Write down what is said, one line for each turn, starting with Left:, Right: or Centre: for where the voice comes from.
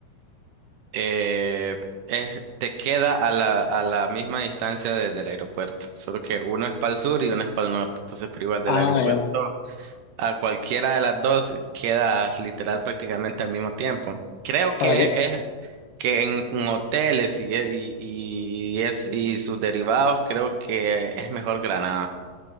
Right: eh, es- te queda a la, a la misma distancia desde el aeropuerto. Solo que uno es para el sur y uno es para el norte. Entonces, pero igual del
Left: Ah,
Right: aeropuerto.
Left: bien.
Right: a cualquiera de las dos queda literal prácticamente al mismo tiempo. Creo
Left: ¿Para
Right: que
Left: qué?
Right: es que en, en hoteles y, e, y, y es, y sus derivados, creo que es mejor Granada,